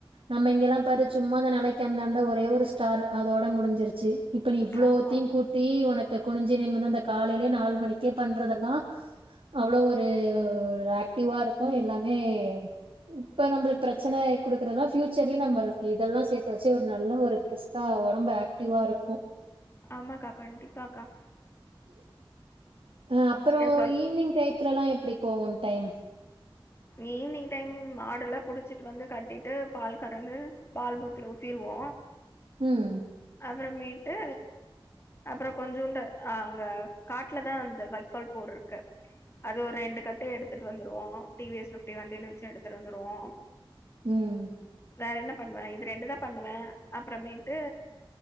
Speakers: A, on the right; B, on the left.
A: நம்ம இங்கெல்லா பாரு சும்மா அந்த நெலைக்கி அந்தாண்ட ஒரே ஒரு ஸ்டாரு அதோட முடிஞ்சிருச்சி இப்ப நீ இவ்ளோத்தையு
B: ஆமா
A: கூட்டி உனக்கு குனிஞ்சு நிமுந்து அந்த காலைலயே நாலு மணிக்கே பண்றதெல்லா அவ்ளோ ஒரு ஆக்டிவா இருக்கு எல்லாமே இப்ப நம்பளுக்கு பிரச்சன குடுக்குறதல்லா ஃபியூச்சர்லயு நம்மளுக்கு இதெல்லா சேத்து வச்சு ஒரு நல்ல ஒரு பிரிஸ்க்கா ஒடம்பு ஆக்டிவா இருக்கு
B: ஆமாக்கா கண்டிப்பாக்கா
A: <inaudible> ஆ அப்புறோ
B: ஏன் சொல்
A: ஈவி்னிங் டயத்துல எல்லா எப்பிடி போகு டைம்
B: ஈவி்னிங் டைம் மாடெல்லா புடிச்சிட்டு வந்து கட்டிட்டு பால் கறந்து பால் பூத்துல ஊத்திருவோ
A: ம்.
B: அப்புறமே ட்டு அப்புறோ கொஞ்சூண்டு் அங்க காட்லதா அந்த வைக்கோல் போர் இருக்கு அது ஒரு ரெண்டு கட்டு எடுத்துட்டு வந்துருவோ டி வி எஸ் ஃபிப்டி வண்டில வச்சு எடுத்துட்டு வந்து ருவோ
A: ம்
B: வேற என்ன பண்ணுவே இது ரெண்டுதா பண்ணுவே அப்புறமேட்டு